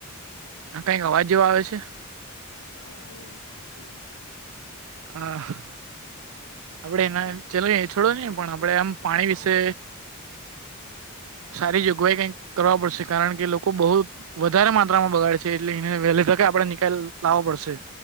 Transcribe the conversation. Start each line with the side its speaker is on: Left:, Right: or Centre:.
Right: હ કઈક અવાજ જે આવે છે.
Left: હા એ કતુંરું છે.
Right: હા- અપડના- ચલો એ છોડો નહી પણ આપડે આમ પાણી વિશે સારીગ અગવાઈ કઈક કરવા પડશે કારણ કે લોકો બહુ વધારે માત્રામાં બગાડે છે એટલે એને વહેલી તકે આપડે નિકાલ લાવવો પડશે.